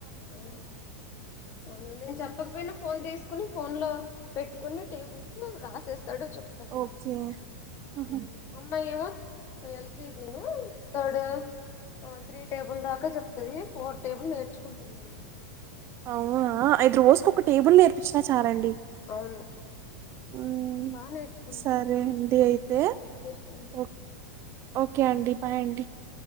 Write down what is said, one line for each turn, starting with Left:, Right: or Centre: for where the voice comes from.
Left: అవును నేను చెప్పకపోయినా ఫోన్ తీసుకుని ఫోన్ లో పెట్టుకుని టేబుల్స్ రాసేస్ తడు చెప్తాడండి
Right: ఓకే ఉహు.
Left: ఉమ్ అమ్మాయి ఏమో ఎల్ కే జి ను థర్డ్ ఆ త్రీ టేబుల్ దాకా చెప్తది ఫోర్ టేబుల్ నేర్చు కుంటుందండి
Right: అవునా అయితే రోజుకు ఒక టేబుల్ నేర్పిచ్చినా చాలండి
Left: అవును
Right: ఉమ్,
Left: బా నేర్చుకుంటాను
Right: సరే అండి
Left: <inaudible>
Right: అయితే
Left: ఇంట్రెస్ట్ ఉంది
Right: ఓ- ఓకే అండి బాయ్ అండి